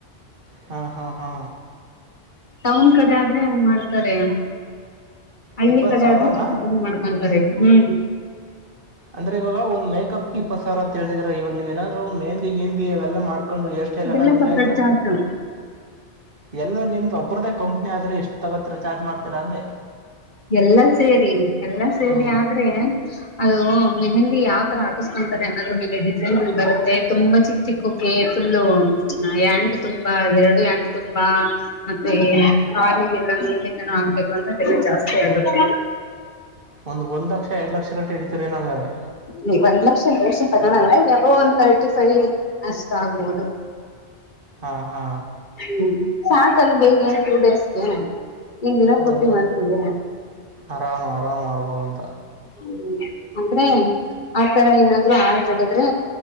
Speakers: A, on the right; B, on the left.
A: ಹಾ ಹಾ ಹಾ
B: ಟೌನ್ ಕಡೆ ಆದ್ರೆ ಹಂಗ್ ಮಾಡ್ತಾರೆ. ಹಳ್ಳಿ
A: ಇಪ್ಪತ್ತು
B: ಕಡೆ
A: ಸಾವಿರನಾ
B: ಆದ್ರೂ ಸ್ವಲ್ಪ ಕಮ್ಮಿ ಮಾಡ್ಕೊಂತಾರೆ ಹೂ.
A: ಅಂದ್ರೆ ಇವಾಗ ಒಂದ ಮೇಕಪ್ಗೆ ಇಪ್ಪತ್ತ ಸಾವಿರ ಅಂತ ಹೇಳತ್ತಿದೀರಾ ಇವಾಗ ನೀವ ಏನಾದರು ಮೆಹಿಂದಿ ಎಲ್ಲ ಮಾಡಕೊಂಡು ಎಷ್ಟು. ಹೇರಸ್ಟೈಲ್
B: ಅದೆಲ್ಲ
A: ಎಲ್ಲಾ ನಿಮ್ಮದೆ
B: ಸಪ್ರೇಟ್
A: ಆಗಿದ್ರೆ.
B: ಚಾರ್ಜ್
A: ಎಲ್ಲಾ ನಿಮ್ದ ಒಬ್ಬರದ್ದೇ ಕಂಪ್ನಿ ಆದ್ರೆ ಎಷ್ಟು ತಗೋತ್ತೀರಾ ಚಾರ್ಜ್ ಮಾಡ್ತೀರ ಅಂದೆ.
B: ಎಲ್ಲಾ ಸೇರಿ ಎಲ್ಲಾ ಸೇರಿ
A: ಹ್ಞೂ
B: ಆದ್ರೆ. ಅದು ಮೆಹಂದಿ ಯಾವ ತರಾ ಹಾಕಸ್ಕೊಂತಾರೆ ಅನ್ನೋದ್ರ ಮೇಲೆ ಡಿಸೈನ್ ಬರುತ್ತೆ ತುಂಬಾ ಚಿಕ್ಕ ಚಿಕ್ಕೋಕೆ ಫುಲ್ಲು ಹ್ಯಾಂಡ ತುಂಬಾ ಎರಡು ಹ್ಯಾಂಡ ತುಂಬಾ. ಮತ್ತೆ
A: ಹಾಂ
B: ಕಾಲಿಗೆಲ್ಲಾ ಸಗೆತನು ಆಗ್ಬೇಕುಂದ್ರೆ ಬೆಲೆ ಜಾಸ್ತಿ. ಸ್ತಿ ಆಗುತ್ತೆ.
A: ಒಂದ ಒಂದ್ ಲಕ್ಷ ಎರಡು ಲಕ್ಷಗಟ್ಟ ಹಡಿತರೆನ ಹಂಗಾರೆ.
B: ನೀ ಒಂದ್ ಲಕ್ಷ ಒಂದ್ ಲಕ್ಷ ತಗೋಣಲ್ಲ ಯಾಗೋ ಒಂದ ತರ್ಟಿ ಫೈವ್ ಅಷ್ಟ ಆಗ್ಬೋದು.
A: ಹಾ ಹಾ
B: ಹೂ ಸಾಕಲವೆ ಇಗ ಟೂ ಡೇಸ್ಗೆ. ಇನ್ ದಿನ
A: ಹೌದೌದು
B: ಪೂರ್ತಿ ಮಾಡ್ತೀವ.
A: ಆರಾಮ ಆರಾಮ ಮಾಡ್ಬೋದು ಅಂತ
B: ಹು ಅಂದ್ರೆ ಆತರಾ ಏನಾದ್ರು ಆಡ್ರ ಹಿಡದ್ರೆ.